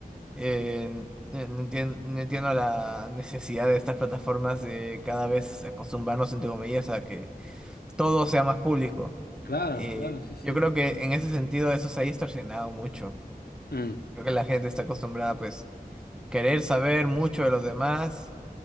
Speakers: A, in the centre; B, on the left.
A: Eh, n- no entien- no entiendo la necesidad de estas plataformas de cada vez acostumbrarnos, entre comillas, a que todo sea más público.
B: Claro,
A: Eh,
B: claro, sí, sí,
A: yo creo
B: totalmente.
A: que en ese sentido eso se ha distorsionado mucho.
B: Mm,
A: Creo que la gente está acostumbrada pues querer saber mucho de los demás